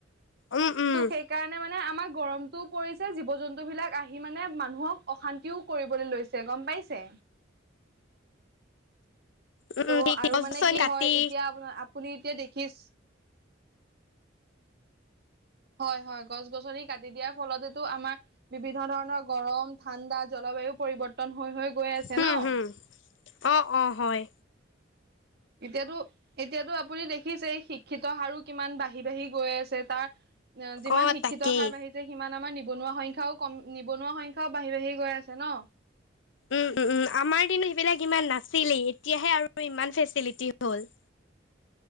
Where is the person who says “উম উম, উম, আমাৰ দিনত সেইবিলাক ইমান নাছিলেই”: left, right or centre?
Left